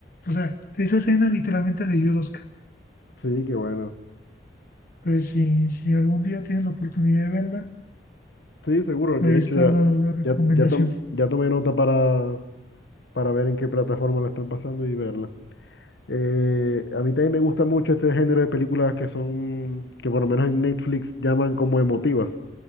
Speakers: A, on the left; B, on the left.
A: o sea, esa escena literalmente le dio el Oscar.
B: Sí, qué bueno.
A: Pues si, si algún día tienes la oportunidad de verla,
B: Sí, seguro.
A: ahí
B: De hecho,
A: está
B: ya,
A: la, la recomendación.
B: ya, ya, tom- ya tomé nota para, para ver en qué plataforma la están pasando y verla. Eh, a mí también me gusta mucho este género de películas que son, que por lo menos en Netflix llaman como emotivas.